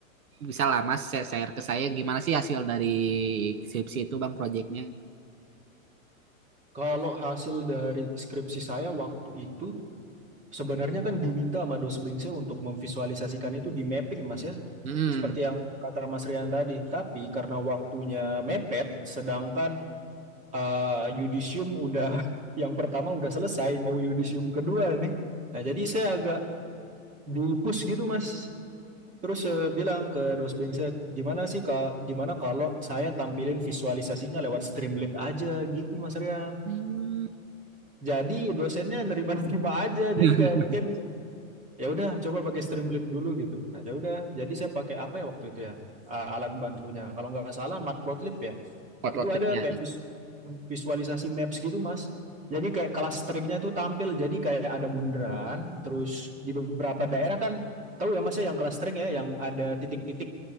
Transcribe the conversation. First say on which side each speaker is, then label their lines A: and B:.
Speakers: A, on the right; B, on the right.
A: bisa lah Mas share share ke saya gimana sih hasil dari skripsi itu Bang proyeknya.
B: Kalau hasil dari skripsi saya waktu itu sebenarnya kan diminta sama dosen bimbing untuk memvisualisasikan itu di mapping Mas ya
A: Mm-mm.
B: seperti yang kata Mas Rian tadi tapi karena waktunya mepet sedangkan eh, yudisium udah <laughs> yang pertama udah selesai mau yudisium kedua nih. Nah, jadi saya agak di push gitu mas terus saya bilang ke dosen saya gimana sih kak gimana kalau saya tampilin visualisasinya lewat Streamlit aja gitu mas Rian
A: Hmm.
B: jadi dosennya nerima-nerima aja
A: <laughs>
B: jadi kayak mungkin ya udah coba pakai Streamlit dulu gitu nah ya udah jadi saya pakai apa ya waktu itu ya A- alat bantunya kalau nggak salah Matplotlib ya
A: Spot
B: itu
A: work
B: ada
A: tripnya.
B: kayak vis- visualisasi maps gitu mas jadi kayak kelas stringnya itu tampil jadi kayak ada bundaran terus di beberapa daerah kan tahu ya mas ya yang kelas ya yang ada titik-titik